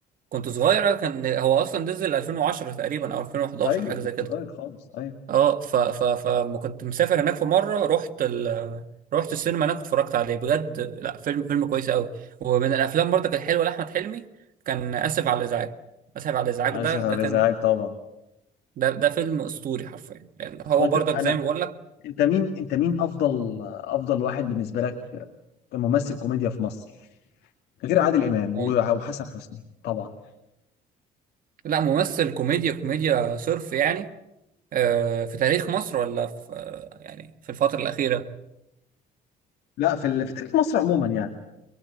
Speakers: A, on the right (about 55°); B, on the left (about 75°).
A: كنت صغير كان هو اصلا نزل 2010 تقريبا او 2011
B: ايوه
A: حاجه
B: كنت
A: زي كده
B: صغير خالص ايوه
A: اه ف ف فما كنت مسافر هناك في مره رحت ال... رحت السينما هناك اتفرجت عليه بجد لا فيلم فيلم كويس قوي ومن الافلام برضه كانت حلوه لاحمد حلمي كان اسف على الازعاج اسف على الازعاج
B: اسف
A: ده
B: على
A: ده كان
B: ازعاج طبعا
A: ده ده فيلم اسطوري حرفيا لان هو
B: وانت
A: برضك
B: انا
A: زي ما بقول لك
B: انت مين انت مين افضل افضل واحد بالنسبه لك كممثل كوميديا في مصر غير عادل امام
A: مم-
B: وح- وحسن حسني طبعا
A: لا ممثل كوميديا كوميديا صرف يعني آه، في تاريخ مصر ولا في آه، يعني في الفتره الاخيره
B: لا في ال- في تاريخ مصر عموما يعني